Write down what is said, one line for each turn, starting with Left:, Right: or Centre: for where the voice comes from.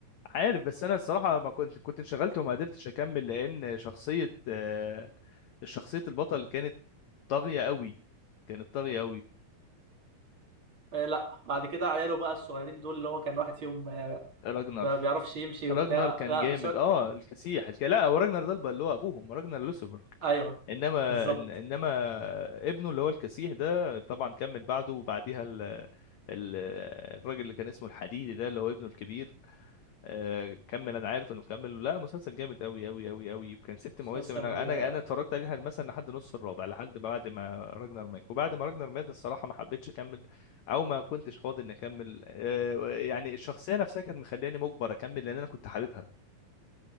Left: عارف بس انا الصراحه ما كنت كنت انشغلت وما قدرتش اكمل لان شخصيه آه، شخصيه البطل كانت طاغيه قوي كانت طاغيه قوي
Right: آه، لا بعد كده عياله بقى الصغيرين دول اللي هو كان واحد فيهم آه،
Left: راجنر
Right: ما بيعرفش يمشي
Left: راجنر
Right: وبتاع
Left: كان
Right: لا
Left: جامد
Right: مسواك
Left: اه الكسيح الك... لا هو راجنر ده الب- اللي هو ابوهم راجنر لوسبرج
Right: ايوه
Left: انما
Right: بالظبط
Left: إن- انما ابنه اللي هو الكسيح ده طبعا كمل بعده وبعديها ال... ال... الراجل اللي كان اسمه الحديدي ده اللي هو ابنه الكبير آه، كمل انا عارف انه كمل لا مسلسل جامد قوي قوي قوي قوي وكان ست
Right: مسلسل
Left: مواسم انا انا
Right: آه،
Left: انا اتفرجت عليه مثلا لحد نص الرابع لحد ما بعد ما راجنر مات وبعد ما راجنر مات الصراحه ما حبيتش اكمل او ما كنتش فاضي اني اكمل آه، يعني الشخصيه نفسها كانت مخلياني مجبر اكمل لان انا كنت حاببها